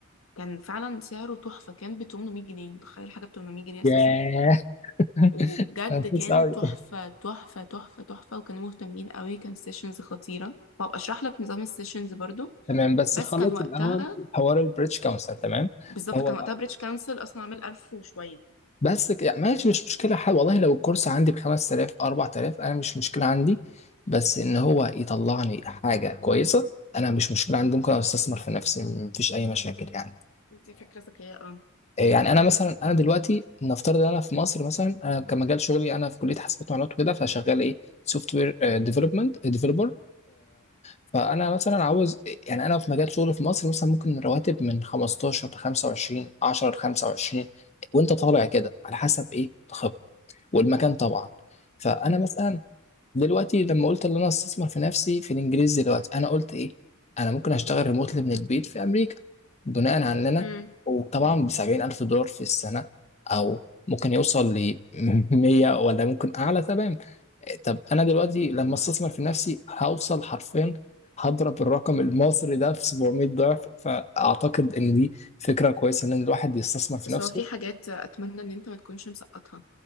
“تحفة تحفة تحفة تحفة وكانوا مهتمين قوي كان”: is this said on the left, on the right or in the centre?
Left